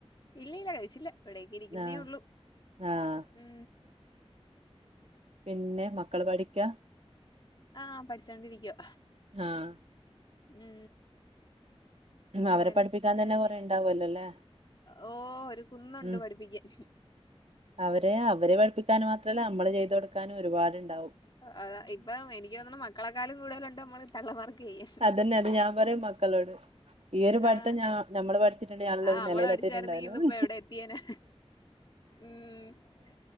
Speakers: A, on the left; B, on the right.
A: ഇല്ല ല്ല കഴിച്ചില്ല ഇവിടേക്കിരിക്കുന്നേള്ളൂ.
B: ആഹ് ആഹ്.
A: ഉം
B: പിന്നെ മക്കള് പഠിക്കാ.
A: ആഹ്, പഠിച്ചോണ്ടിരിക്കാ.
B: ആഹ്.
A: ഉം. പിന്നെ
B: അവരെ
A: വേറെ
B: പഠിപ്പിക്കാൻ
A: വേറെ
B: തന്നെ കൊറേണ്ടാവല്ലോ ല്ലെ.
A: ഓ ഒരു കുന്നുണ്ട്
B: ഉം
A: പഠിപ്പിക്കാൻ
B: അവരെ അവരെ പഠിപ്പിക്കാനുമാ തല് അമ്മള് ചെയ്തോട് ക്കാനും ഒരുപാട്ണ്ടാവും
A: അതാ ഇപ്പം എനിക്ക് തോന്നുണു മക്കളെക്കാളും കൂടുതലുണ്ട് നമ്മള് തള്ളമാർക്ക് ചെയ്യാൻ
B: അതെന്നെ ഞാൻ പറിം മക്കളോട്. ഈ ഒരു പഠ്ത്തം
A: ആഹ്
B: ഞാ ഞമ്മള് പഠിച്ചിട്ടുണ്ടെങ്കിൽ നല്ലൊരു
A: ആഹ് നമ്മള്
B: നെലേലെത്തീട്ടുണ്ടായിരുന്നുന്ന്
A: പഠിച്ചായിരുന്നെങ്കി ഇന്നിപ്പോ എവിടെ എത്തിയേനെ ഉം